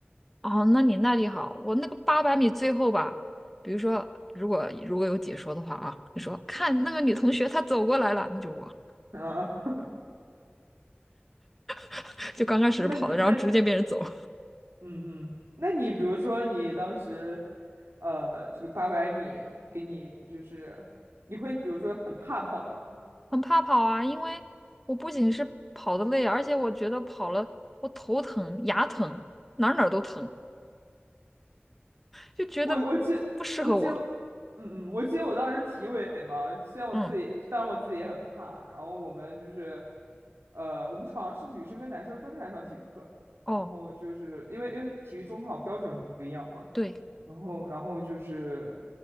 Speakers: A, in the centre; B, on the right.
A: 哦，那你耐力好，我那个八百米最后吧，比如说如果如果有解说的话啊，你说看那个女同学她走过来了，那就是我，
B: 啊，
A: <laughs> 就刚开始跑的，
B: <laughs> 那你那
A: 然后逐渐变成走，
B: 嗯嗯，那你比如说你当时，呃，这个八百米给你就是，你会比如说很怕跑吗？
A: <laughs> 很怕跑啊，因为我不仅是跑的累，而且我觉得跑了我头疼、牙疼，哪儿哪儿都疼，就觉得不适合我。
B: 我我记我记我，嗯嗯，我记得我当时体委嘛，虽然我自己，
A: 嗯。
B: 当然我自己也很怕，然后我们就是，呃，我们好像是女生跟男生分开上体育课，
A: 哦。
B: 然后就是因为因为体育中考标准不一样嘛，
A: 对，
B: 然后，然后就是，